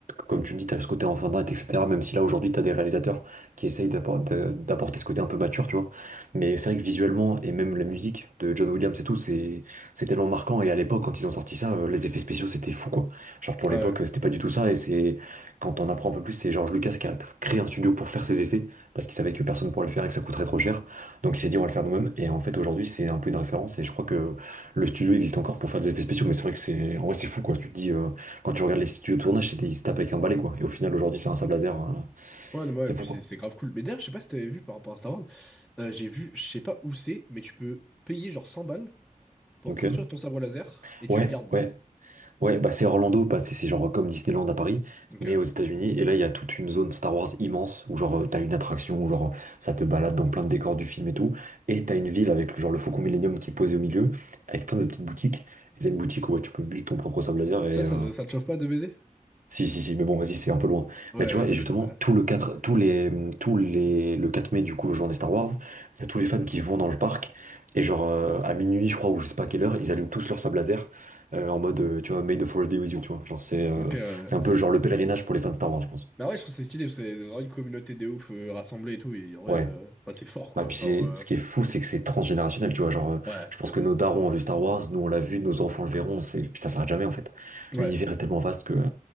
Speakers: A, on the right (about 65°); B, in the centre.
A: comme tu le dis, t'as ce côté enfant d'être, etc. Même si là, aujourd'hui, t'as des réalisateurs qui essayent d'appor- d'a- d'apporter ce côté un peu mature, tu vois. Mais c'est vrai que visuellement, et même la musique de John Williams et tout, c'est c'est tellement marquant. Et à l'époque, quand ils ont sorti ça, euh, les effets spéciaux, c'était fou, quoi. Genre, pour
B: Ouais,
A: l'époque, euh, c'était pas du tout ça. Et c'est, quand on apprend un peu plus, c'est George Lucas qui a créé un studio pour faire ses effets, parce qu'il savait que personne pourrait le faire et que ça coûterait trop cher. Donc il s'est dit on va le faire nous-mêmes et en fait aujourd'hui c'est un peu une référence et je crois que le studio existe encore pour faire des effets spéciaux, mais c'est vrai que c'est, en vrai, c'est fou, quoi. Tu te dis, euh, quand tu regardes les studios de tournage, c'était, ils se tapent avec un balai, quoi. Et au final, aujourd'hui, c'est un sable laser, euh,
B: ouais, non, ouais,
A: c'est fou,
B: puis
A: quoi.
B: c'est c'est grave cool. Mais d'ailleurs, je sais pas si t'avais vu par rapport à Star Wars, euh, j'ai vu, je sais pas où c'est, mais tu peux payer genre 100 balles pour
A: Ok.
B: construire ton sabre laser et tu
A: Ouais,
B: le gardes.
A: ouais, ouais, bah, c'est Orlando, bah, c'est c'est genre comme Disneyland à Paris,
B: Donc
A: mais
B: euh,
A: aux États-Unis. Et là, il y a toute une zone Star Wars immense, où genre, euh, t'as une attraction, où genre, ça te balade dans plein de décors du film et tout. Et t'as une ville avec, genre, le Faucon Millenium qui est posé au milieu, avec plein de petites boutiques. Et t'as une boutique où, ouais, tu peux build ton propre sable laser
B: ça,
A: et,
B: ça,
A: euh,
B: ça te chauffe pas de baiser?
A: Si, si, si, mais bon, vas-y, c'est un peu loin.
B: Ouais,
A: Mais tu vois,
B: j'imagine.
A: et justement,
B: ouais.
A: tout le 4 tous les, tous les, le 4 mai, du coup, journée Star Wars, il y a tous les fans qui vont dans le parc, et genre, euh, à minuit, je crois, ou je sais pas à quelle heure, ils allument tous leur sable laser, euh, en mode, euh, tu vois, May the Force be with you, tu vois. Genre, c'est euh,
B: Donc, euh...
A: c'est un peu genre le pèlerinage pour les fans de Star Wars, je pense.
B: bah ouais, je trouve que c'est stylé parce que c'est vraiment une communauté de ouf euh, rassemblée et tout. Et en vrai,
A: Ouais.
B: euh, bah, c'est fort quoi.
A: Bah, puis
B: Genre,
A: c'est,
B: euh,
A: ce qui est fou, c'est que c'est transgénérationnel, tu vois. Genre, euh,
B: ouais,
A: je pense
B: de ouf.
A: que nos darons ont vu Star Wars, nous on l'a vu, nos enfants le verront, c'est, puis ça s'arrête jamais, en fait.
B: Ouais.
A: L'univers est tellement vaste que, euh,